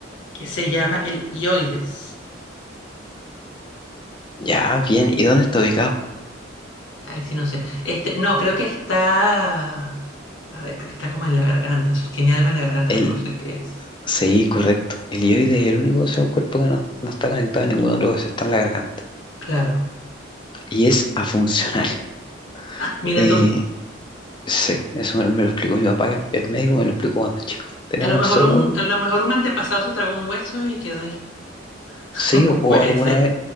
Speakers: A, on the left; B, on the left.
A: que se llama el hioides.
B: Ya, bien. ¿Y dónde está ubicado?
A: Ay, sí, no sé. Este, no, creo que está. A ver, creo que está como en la garganta. Sostiene algo en la garganta,
B: el
A: pero no sé qué es.
B: Sí, correcto. El hioide es el único hueso del cuerpo que no, no está conectado a ningún otro hueso, está en la garganta.
A: Claro.
B: Y es afuncional. <laughs>
A: Mira
B: Eh,
A: tú.
B: sí, eso me, me lo explicó mi papá, que es médico, me lo explicó cuando chico. Tenemos
A: A lo mejor
B: solo
A: un,
B: un
A: a lo mejor un antepasado se tragó un hueso y quedó ahí. <laughs>
B: sí o o
A: Puede
B: alguna
A: ser,
B: vez,